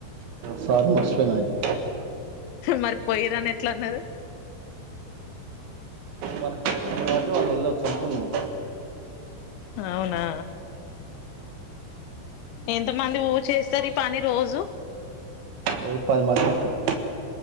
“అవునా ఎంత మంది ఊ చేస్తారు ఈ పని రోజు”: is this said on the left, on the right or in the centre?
Left